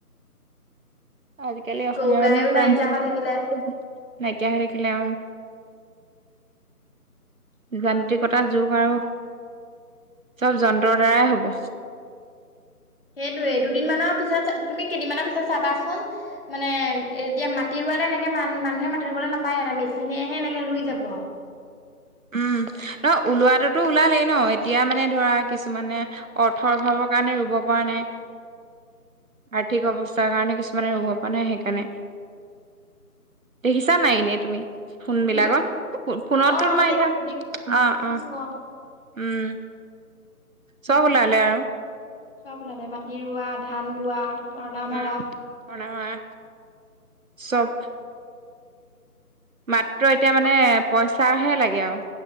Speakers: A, on the right; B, on the left.
A: আজিকালি অসমীয়া
B: গৰু গাইও
A: মানুহো প্ৰায়ে
B: নাইকিয়া হৈ থাকিলে
A: নাইকিয়া হৈ থাকিলে।
B: <inaudible>
A: যান্ত্ৰিকতাৰ যুগ আৰু। চব যন্ত্ৰৰ দ্বাৰাই হ'ব।
B: সেইটোয়ে দুদিনমানানৰ পিছত তুমি কেইদিনমানৰি ছে চাবাচোন মানে এতিয়া মাতি ৰুোৱা ন এনেকে মান মানুহে মাতি ৰুবলৈ নাপায় এটা মেচিনেহে এনেকে ৰুই যাব আৰু।
A: উম ন ওলোৱাাততো ওলালেই ন এতিয়া মানে ধৰা কিছুমানে অৰ্থৰ অভাৱৰ কাৰণে ৰুব পৰা নাই।
B: <inaudible>
A: আৰ্থিক অৱস্থাৰ কাৰণে কিছুমানে ৰুব পৰা নাই সেইকাৰণে। দেখিছা নাই এনেই তুমি? ফোন বিলাকত
B: উম
A: ফোনতেটো
B: অ অ
A: তোমাৰ
B: দে
A: এনে অ',
B: দে
A: অ',
B: দেখিছো <inaudible>
A: উম চব ওলালে আৰু।
B: চব ওলালে মাটি ৰোৱা, ধান দোৱা মৰণা
A: উম,
B: মৰা
A: অ, নহয় চব। মাত্ৰ এতিয়া মানে পইচাহে লাগে আওঁ।